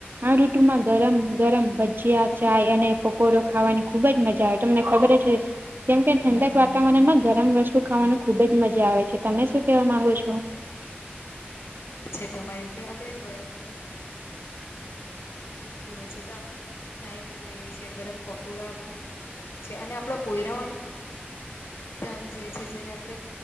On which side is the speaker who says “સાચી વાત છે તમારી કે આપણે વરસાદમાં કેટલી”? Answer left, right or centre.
Left